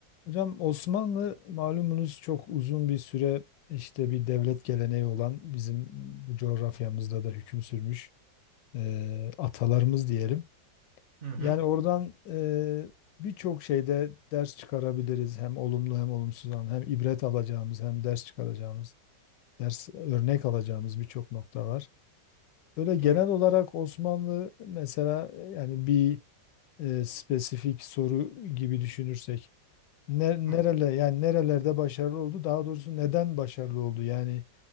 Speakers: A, on the left; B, on the right.
A: Hocam Osmanlı malumunuz çok uzun bir süre işte bir devlet geleneği olan bizim bu coğrafyamızda da hüküm sürmüş e, atalarımız diyelim.
B: Hı hı,
A: Yani oradan e, birçok şeyde ders çıkarabiliriz hem olumlu hem olumsuz olan hem ibret alacağımız hem ders çıkaracağımız ders örnek alacağımız birçok nokta var. Böyle genel
B: doğru.
A: olarak Osmanlı mesela yani bir e, spesifik soru gibi düşünürsek ne,
B: Hı,
A: nerele yani nerelerde başarılı oldu? Daha doğrusu neden başarılı oldu? Yani